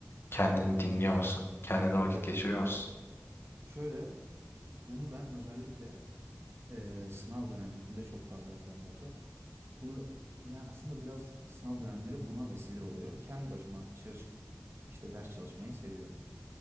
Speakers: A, on the left (about 55°); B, on the right (about 55°).
A: Kendini
B: Yapıyorum,
A: dinliyor musun? Kendine
B: yapıyorum.
A: vakit geçiriyor musun?
B: Şöyle bunu ben özellikle e, sınav dönemlerimde çok fazla yapıyorum Batu. Bu yani aslında biraz sınav dönemleri buna vesile oluyor. Kendi başıma dışarı çıkıp işte ders çalışmayı seviyorum.